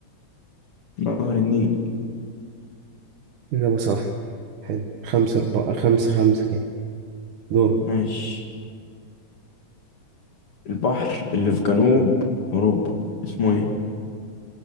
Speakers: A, on the left; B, on the right.
A: نهر النيل
B: إجابة صح حلو خمسة أربعة خمسة خمسة كده دور
A: ماشي البحر اللي في جنوب أوروبا اسمه ايه؟